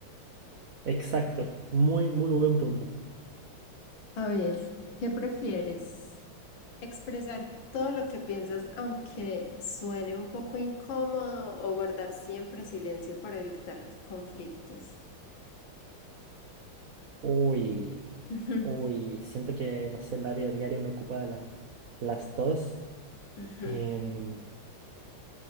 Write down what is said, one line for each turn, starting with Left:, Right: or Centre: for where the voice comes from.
Right: Exacto, muy, muy buen punto.
Left: A ver, ¿qué prefieres? ¿Expresar todo lo que piensas aunque suene un poco incómodo o guardar siempre silencio para evitar conflictos?
Right: Uy,
Left: Ujú,
Right: uy, siento que, no sé, en la vida diaria uno ocupa las, las dos.
Left: ujú.
Right: Em,